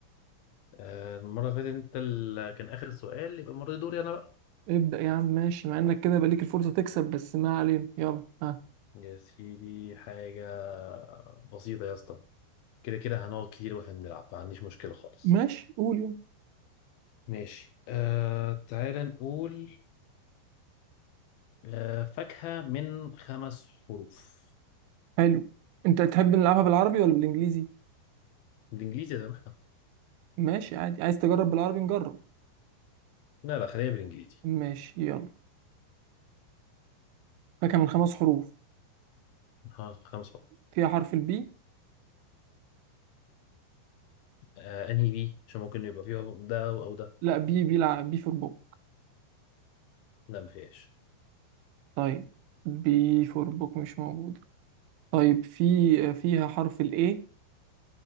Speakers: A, on the left (about 85°); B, on the right (about 80°).
A: آه، المرة اللي فاتت انت اللي كان آخر سؤال يبقى المرة دي دوري انا بقى
B: ابدا يا عم ماشي مع انك كده بقى ليك الفرصه تكسب بس ما علينا يلا ها
A: يا سيدي حاجة بسيطة يا اسطى كده كده هنقعد كتير واحنا بنلعب ما عنديش مشكلة خالص
B: ماشي قول يلا
A: ماشي آه تعالى نقول آه فاكهة من خمس حروف
B: حلو انت تحب نلعبها بالعربي ولا بالانجليزي
A: بالانجليزي يا احنا
B: ماشي عادي عايز تجرب بالعربي نجرب
A: لا لا خلينا بالانجليزي
B: ماشي يلا فاكهه من خمس حروف
A: ها، خمس حروف
B: فيها حرف البي
A: آه انهي بي عشان ممكن يبقى فيها ده او أو ده
B: لا بي بيلعب بي في البوك
A: لا ما فيهاش
B: طيب بي فور بوك مش موجودة طيب في فيها حرف ال A